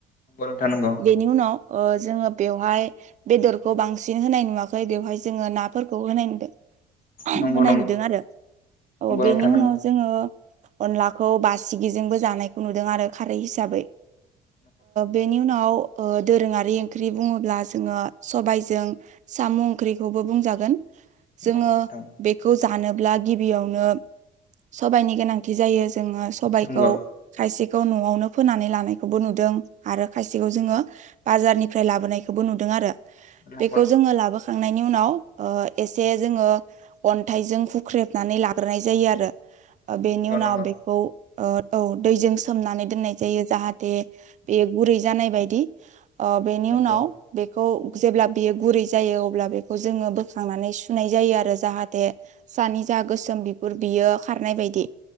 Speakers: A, on the left (about 55°); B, on the right (about 45°).
A: नोंथां नंगौ
B: बेनि उनाव जोङो बेवहाय बेदरखौ बांसिन होनाय नुवाखै बेवहाय जोङो नाफोरखौ होनाय नुदों
A: नंगौ
B: होनाय नुदों आरो अ बेनि
A: नंगौ
B: उनाव जोङो अनलाखौ बासिगिजोंबो जानायखौ नुदों आरो खारै हिसाबै बेनि उनाव दोरोङारि ओंख्रि बुङोब्ला जोङो सबायजों साम' ओंख्रिखौबो बुंजागोन जोङो
A: नंगौ नोंथां
B: बेखौ जानोब्ला गिबियावनो सबायनि गोनांथि जायो जोङो सबायखौ
A: नंगौ
B: खायसेखौ न'आवनो फोनानै लानायखौबो नुदों आरो खायसेखौ जोङो बाजारनिफ्राय लाबोनायखौबो नुदों आरो
A: नंगौ
B: बेखौ जोङो लाबोखांनायनि नि उनाव एसे जोङो अन्थाइजों हुख्रेबनानै लाग्रोनाय जायो आरो
A: नोंथां
B: बेनि उनाव बेखौ औ दैजों सोमनानै दोननाय जायो जाहाथे बे गुरै जानाय बायदि अ बेनि
A: नंगौ
B: उनाव बेखौ जेब्ला बियो गुरै जायो अब्ला बेखौ जोङो बोखांनानै सुनाय जायो आरो जाहाथे सानि आ गोसोम बिगुर बियो खारनाय बायदि